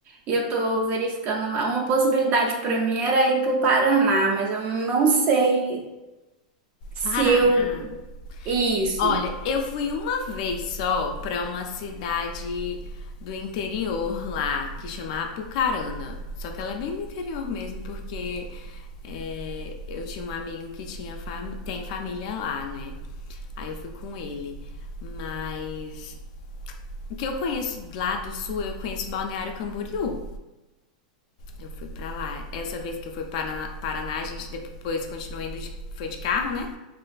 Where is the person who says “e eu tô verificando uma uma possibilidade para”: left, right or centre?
Right